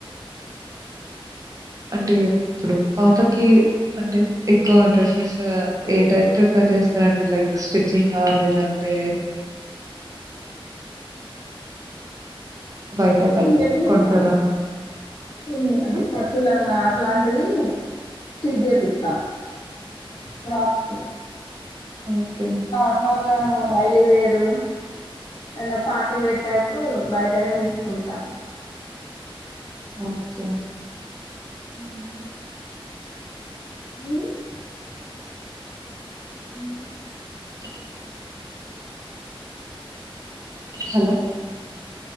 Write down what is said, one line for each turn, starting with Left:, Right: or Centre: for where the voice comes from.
Right: అంటే ఎప్పుడు పాపకి అంటే ఎక్కువ డ్రెస్సెస్ ఏ టైప్ ప్రిఫర్ చేస్తారండి లైక్ స్టిచింగ్ చింగ్ ఆ లేదంటే
Left: <unintelligible>
Right: బయట పెట్
Left: చెప్పద్దాం
Right: కొంటారా
Left: ఏమి అంటే
Right: ఉ?
Left: పట్టు లంగ అలాంటివి స్టిచ్ చేపిస్తాం ఫ్రాక్స్
Right: ఓకే
Left: నార్మల్గా డైలీ వేరు ఏన్న పార్టీ వేర్ టైప్ మ్మ్ బయటనే తీసుకుంటాం
Right: ఓకే
Left: మ్మ్ <unintelligible>
Right: <unintelligible> హలో